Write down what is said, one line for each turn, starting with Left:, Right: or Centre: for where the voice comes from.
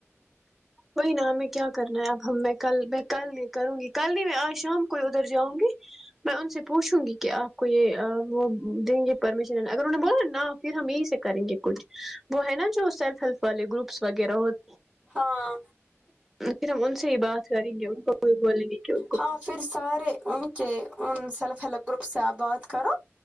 Centre: کوئی ن ہمیں کیا کرنا ہے اب ہم کل میں کل یہ کروں گی کل نہیں میں آج شام کو ادھر جاؤں گی میں ان سے پوچھوں گی کہ آپ کو یہ وہ دیں گے پرمیشن اگر انہ نے بولا نہ پھر ہم یہیں سے کریں گے کچھ وہ ہے نا جو سیلف ہیلپ والے گروپس وغیرہ ہوتے
Right: ہاں
Centre: پھر ہم ان سے بات کریں گے ان کو کو بولیں گے کہ ان کو
Right: ہاں پھر سارے ان کے ان سیلف ہیلپ گروپ سے آپ بات کرو